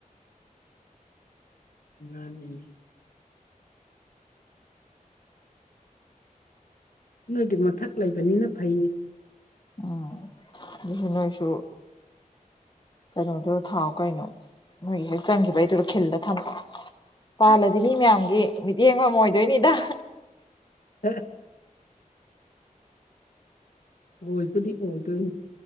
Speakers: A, on the left (about 85°); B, on the left (about 30°).
A: ꯃꯥꯅꯤ ꯅꯣꯏꯗꯤ ꯃꯊꯛ ꯂꯩꯕꯅꯤꯅ ꯐꯩꯌꯦ
B: ꯑꯥ <unintelligible> ꯅꯣꯏꯁꯨ ꯀꯩꯅꯣꯗꯣ ꯊꯥꯎ ꯀꯩꯅꯣ ꯃꯣꯏ ꯍꯦꯛ ꯆꯪꯒꯤꯕꯩ ꯗꯨꯗꯥ ꯈꯤꯜꯂꯥ ꯊꯝ ꯄꯥꯜꯂꯗꯤ
A: ꯑꯁ
B: ꯃꯤ ꯃꯌꯥꯝꯒꯤ ꯃꯤꯠꯌꯦꯡꯕꯝ ꯑꯣꯏꯗꯣꯏꯅꯤꯗꯥ
A: <unintelligible> ꯑꯣꯏꯕꯨꯗꯤ ꯑꯣꯏꯗꯣꯏꯅꯤ